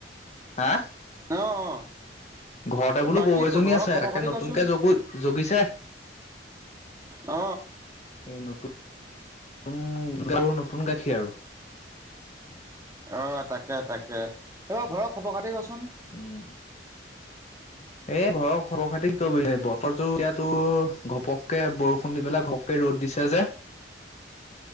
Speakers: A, on the left; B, on the right.
A: হা
B: অ অ,
A: ঘৰতে বোলো
B: বাকী
A: গৰু এজনী
B: ঘৰৰ
A: আছে
B: খবৰ
A: তাকে
B: খাতি
A: নতুনকে
B: কচোন
A: জগো জগিছে।
B: অ,
A: এই নতুন নতুন গ নতুন গাখীৰ আৰু
B: অ তাকে তাকে এইবাৰ ঘৰৰ খবৰ খাতি কচোন।
A: উম, এ ঘৰৰ ঘবৰ খাতি কি কৰিবিনে বতৰ জোৰ ইয়াতো ঘপককে বৰষুণ দি পেলাই ঘপ, ৰ'দ দিছে যে।
B: <inaudible>